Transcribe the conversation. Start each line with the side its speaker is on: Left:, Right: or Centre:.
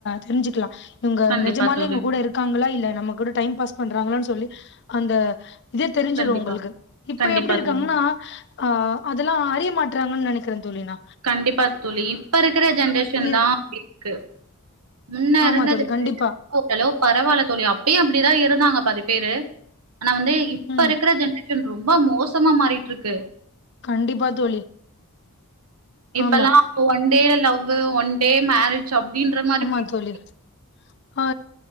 Left: தெரிஞ்சுக்கலாம் இவங்க
Right: கண்டிப்பா
Left: நிஜமாலே
Right: தோழி
Left: நம்ம கூட இருக்காங்களா இல்ல நம்ம கூட டைம் பாஸ் பண்றாங்களான்னு சொல்லி அந்த இது தெரிஞ்சீடும்
Right: கண்டிப்பா
Left: உங்களுக்கு இப்ப
Right: கண்டிப்பா
Left: எப்புடி இருக்காங்கன்னா
Right: தோழி
Left: ஆ அதெல்லா அறிய மாட்டறாங்கன்னு நெனைக்கிறே தோழினா
Right: கண்டிப்பா தோழி இப்ப இருக்கிற ஜென்ரேஷன்
Left: இ
Right: தா க்கு முன்ன
Left: ஆமா
Right: இருந்த
Left: தோழி
Right: ஜென்ரேஷன்
Left: கண்டிப்பா
Right: ஓ ஹலோ பரவால்ல தோழி அப்பயு அப்டிதா இருந்தாங்க பாதி பேரு ஆனா வந்து இப்ப
Left: ம்
Right: இருக்கிற ஜென்ரே ரொம்ப மோசமா மாறிட்டு இருக்கு
Left: கண்டிப்பா தோழி
Right: இப்பல்லா
Left: ஆமா
Right: one day love one day marriage அப்டின்ற மாரி
Left: ஆமா
Right: போயிட்ருக்குல்ல
Left: தோழி அ